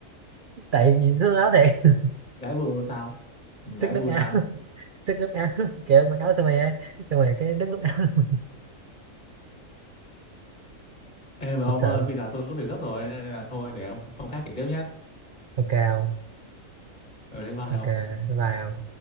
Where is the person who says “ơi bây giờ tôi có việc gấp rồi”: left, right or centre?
Left